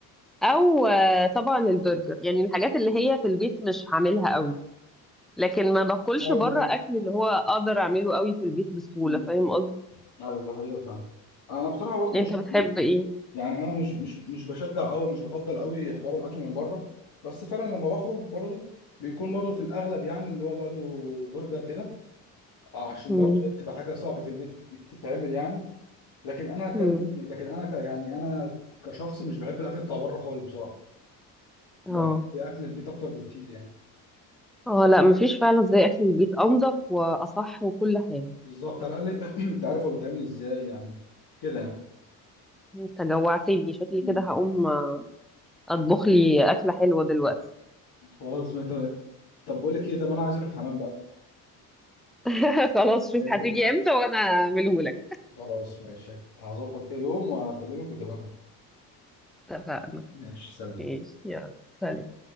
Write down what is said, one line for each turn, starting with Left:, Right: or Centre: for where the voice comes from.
Centre: او آه، طبعا البرجر يعني الحاجات اللي هي في البيت مش هعملها قوي لكن ما باكلش
Left: ايوه
Centre: بره اكل اللي هو اقدر اعمله قوي في البيت بسهوله
Left: مم.
Centre: فاهم قصدي
Left: ايوه ده حقيقه فعلا انا بصراحه برضو
Centre: انت
Left: مش
Centre: بتحب ايه
Left: يعني انا مش مش مش بشجع قوي مش بفضل قوي حوار الاكل من بره بس فعلا لما بخرج برضو بيكون برضو في الاغلب يعني اللي هو برضو برجر كده آه، عشان
Centre: امم
Left: برضو هي بتبقى حاجه صعبه في البيت تتعمل يعني لكن انا كان
Centre: امم
Left: لكن انا ك يعني انا كشخص مش بحب الاكل بتاع بره خالص بصراحه
Centre: اه
Left: بحب اكل البيت اكتر بكتير يعني
Centre: اه لا مفيش فعلا زي اكل البيت انضف واصح وكل حاجه
Left: بالظبط على الاقل <clears throat> انت عارف هو بيتعمل ازاي يعني كده
Centre: انت جوعتني شكلي
Left: يعني.
Centre: كده هقوم اطبخ لي اكله حلوه دلوقتي
Left: خلاص ما تمام طب بقول لك ايه طب انا عايز اكل حمام بقى
Centre: <laughs> خلاص شوف
Left: <laughs>
Centre: هتيجي امتى وانا اعمله لك
Left: خلاص ماشي هك- هظبط كده يوم وهكلمك وتبقى
Centre: اتفقنا
Left: ماشي سلام
Centre: ماشي يلا سلام